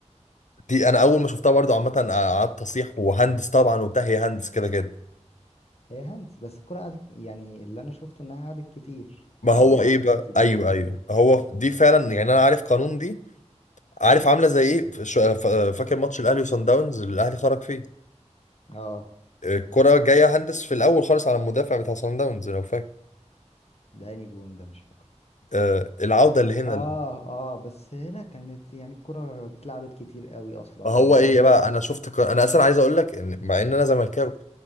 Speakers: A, on the left; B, on the left.
A: دي انا اول ما شفتها برضو عامه آه، قعدت اصيح وهندس طبعا وبتاع هي هندس كده كده
B: هي هاند بس الكره قعدت يعني اللي انا شفته انها قعدت كتير
A: ما هو
B: على ما
A: ايه
B: راحت
A: بقى
B: جول
A: ايوه ايوه هو دي فعلا يعني انا عارف قانون دي عارف عامله زي ايه ف- ش- ف- فاكر ماتش الاهلي وصن داونز اللي الاهلي خرج فيه
B: اه
A: الكره جايه هندس في الاول خالص على المدافع بتاع صن داونز لو فاكر
B: ده اني جون ده مش فاكره
A: آه، العوده اللي هنا
B: اه
A: اللي
B: اه بس لا كانت يعني الكرة اتلعبت كتير قوي اصلا
A: هو
B: و
A: ايه بقى انا شفت ق- انا اصلا عايز اقول لك ان مع ان انا زملكاوي